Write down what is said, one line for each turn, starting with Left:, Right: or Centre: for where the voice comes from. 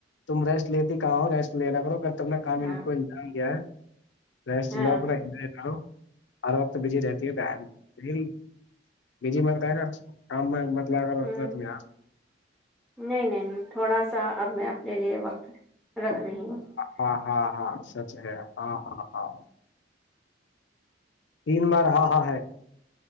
Left: تم ریسٹ <unintelligible> لیتی کہاو ریٹ لے رکھ کرو کر <unintelligible> تو اپنا کام
Centre: ہاں
Left: ان کو گیا ہے <unintelligible> ر
Centre: ہاں
Left: چو پورا
Centre: ہاں
Left: ہ <unintelligible> ہر وقت بجی رہتی ہے ب <unintelligible> بجی مت رہ کر کام <unintelligible>
Centre: ہ
Left: ہے تم یار
Centre: نہیں نہیں نہیں تھوڑا سا اب میں <unintelligible> لے لیے وقت <unintelligible> رکھ رہے ہیں <unintelligible>
Left: ہاں ہاں ہاں سچ ہے ہاں ہاں ہاں <unintelligible> تین بار ہ ہاں ہے <unintelligible>